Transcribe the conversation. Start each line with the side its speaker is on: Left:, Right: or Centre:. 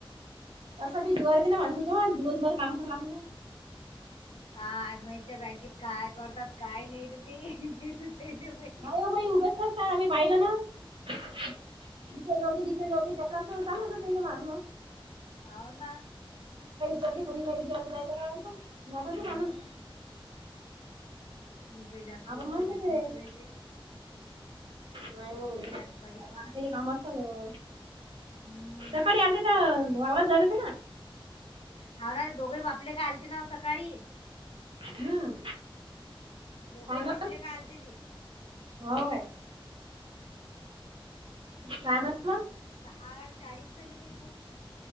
Right: तसा बी जीवावर येते ना माणसाच्या दिवसभर काम करा लागते ना.
Left: काय माहित त्या बँकेत काय करतात काय नाही त त्याले ते. माहित
Right: हो ना बाई उभेच असतात आम्ही पाहिलं ना. इथे जाऊकी तिथे जाऊ की चक्रा असन चालू असता त्याचं मारण.
Left: हावना.
Right: तरी बी कोणी काही विचारले नाही तर
Left: हम्म मी काही जास्त
Right: आपण
Left: लक्ष
Right: म्हणतो
Left: देत
Right: ते
Left: नसू द्यायचे.
Right: नाही
Left: कधी
Right: हो बाई
Left: या न काही करा.
Right: माणसाचे काम असतात.
Left: हम्म
Right: सकाळी आलते तर वावरात जायत होते ना.
Left: हावणारे दोघही बापले काय आलते ना व सकाळी.
Right: हम्म
Left: दोघही
Right: काय
Left: बापलेक
Right: म्हणत
Left: आलते ती.
Right: हो काय काय म्हटलं?
Left: सहा चाळीस झाले बाई हो